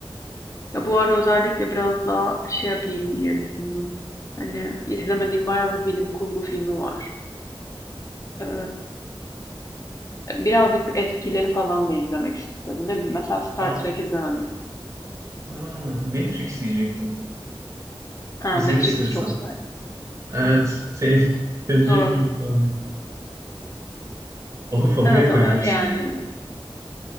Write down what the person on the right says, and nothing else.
Aa,
aa, Matrix diyecektim.
İzlemişsindir
sen.
Evet.
Senin <laughs> seveceğini
çok daha iyi. Onu favoriye
koyabilirsin.